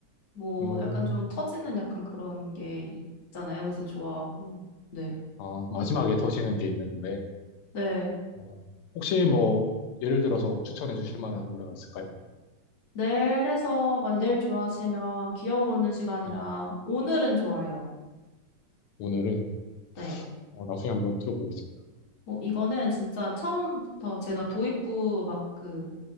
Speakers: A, on the left; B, on the left.
A: 뭐,
B: 음,
A: 약간 좀 터지는 약간 그런 게 있잖아요. 그래서 좋아하고, 네.
B: 아, 마지막에 터지는 게 있는 노래.
A: 네,
B: 어, 혹시 뭐, 예를 들어서 추천해 주실 만한 노래가 있을까요?
A: 네. 일에서 만약 네일 좋아하시면, 기억을 걷는 시간이랑,
B: 네.
A: 오늘은 좋아요.
B: 오늘은,
A: 네.
B: 어, 나중에 한번 들어보겠습니다.
A: 어, 이거는 진짜 처음부터 제가 도입부 막 그